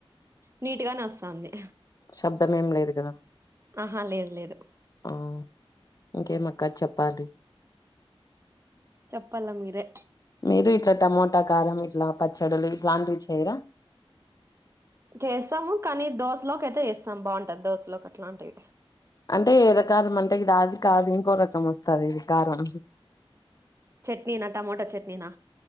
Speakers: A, on the right; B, on the left.
A: నీట్గానే వస్తంది
B: శబ్దం ఏం లేదు కదా
A: ఆహా లేదు లేదు
B: ఆ ఇంకేం అక్క చెప్పాలి
A: చప్పల మీరే
B: మీరు ఇట్లా టమోటా కారం ఇట్లా పచ్చడిలు ఇట్లాంటివి చేయరా
A: చేస్తాము కానీ దోశలోకి అయితే చేస్తాం <unintelligible> అట్లాంటివి
B: అంటే ఎర్ర కారం అంటే ఇది అది కాదు ఇంకో రకం వస్తది ఇది కారం
A: చట్నీనా టమోటా చట్నీనా